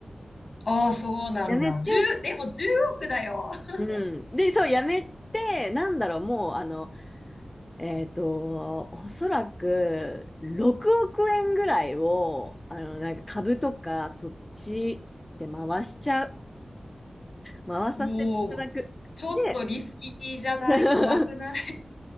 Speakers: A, on the left; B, on the left.
A: ああ、そうなんだ。
B: やめて、
A: 1でも10億だよ。<laughs>
B: うん。で、そう、辞めて、なんだろう、もう、あの、えっと、おそらく、6億円ぐらいを、あの、なんか株とか、そっちで回しちゃう。回させていただく。
A: うおおちょっとリスキーじゃない怖くない
B: で、<laughs>